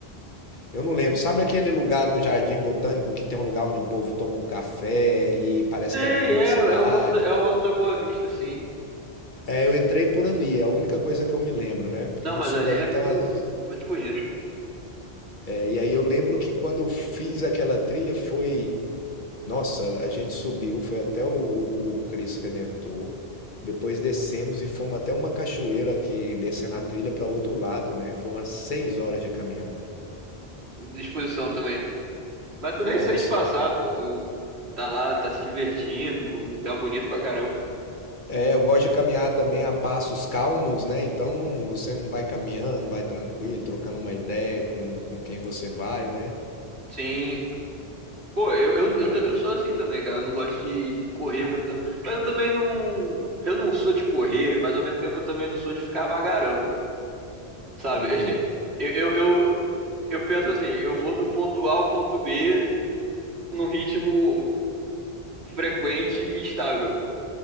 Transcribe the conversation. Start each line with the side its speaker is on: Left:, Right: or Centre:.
Left: Eu não lembro. Sabe aquele lugar no Jardim Botânico que tem um lugar onde o povo toma um café e parece
Right: Sei,
Left: que era uma universidade?
Right: é, é o Alto, é o Alto da Boa Vista, sim.
Left: É, eu entrei por ali, é a única coisa que eu me lembro, né? Porque
Right: Não,
Left: eu não
Right: mas
Left: sou
Right: ali
Left: daí,
Right: é
Left: então.
Right: muito,
Left: as-
Right: muito bonito.
Left: é, e aí eu lembro que quando eu fiz aquela trilha foi. Nossa, a gente subiu, foi até o, o, o Cristo Redentor. Depois descemos e fomos até uma cachoeira que descendo a trilha para outro lado, né? Foi umas seis horas de caminhada, cara.
Right: Disposição também. Mas tu
Left: Nossa,
Right: nem sente passar, pô. Tu tá lá, tá se divertindo, um lugar bonito pra caramba.
Left: É, eu gosto de caminhar também a passos calmos, né? Então não, você não vai caminhando, vai tranquilo, trocando uma ideia com, com quem você vai, né?
Right: Sim. Pô, eu, eu,
Left: É,
Right: eu, ta- eu sou assim também, cara. Eu não gosto de, de correr muito, não. Mas eu também não. Eu não sou de correr, mas ao mesmo tempo eu também não sou de ficar vagarando, sabe?
Left: hum,
Right: <laughs> Eu, eu, eu, eu penso assim, eu vou do ponto A ao ponto B num ritmo frequente e estável.